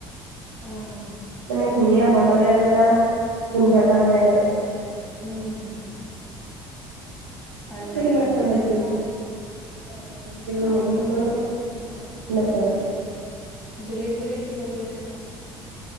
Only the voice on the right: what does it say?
মানে
ধুনীয়া বনালে
আৰু এটা গোন্ধ এটা ওলাই আৰু। <unintelligible>
আৰু সেইদিনা
এটা ওলাইছিল <unintelligible>
মেগী ভিতৰত মম, মমৰ নিছি নেচেল <unintelligible>